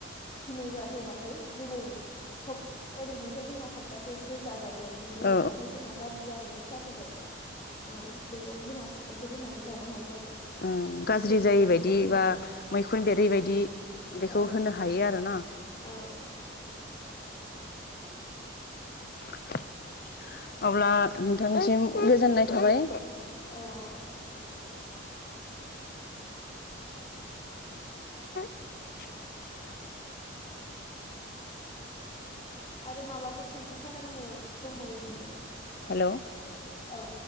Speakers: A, on the left; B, on the left.
A: भिनेगार होबाथाय गोबाव सब ओरैनोथ जोंहा सब तासेसो जा- जायो बिनि उनावबाथाय
B: औ
A: जोंहा गाज्रि जानायनि चान्सा थायो औ बेखौबो जोंहा सप्तासे दोननानै जानो हायो आरो
B: ओं गाज्रि
A: बेबायदि
B: जायै
A: बानायनाय
B: बायदि
A: जायो
B: बा मैखुन
A: औ
B: बेरै बायदि
A: औ
B: बेखौ होनो हायो आरोना
A: औ
B: <unintelligible> अब्ला नोंथांनिसिम गोजोननाय थाबाय
A: औ औ
B: <unintelligible> <unintelligible>
A: आरो माबाफोर सोंथि खालामनो दंबावोमोन नामा
B: हेलौ
A: औ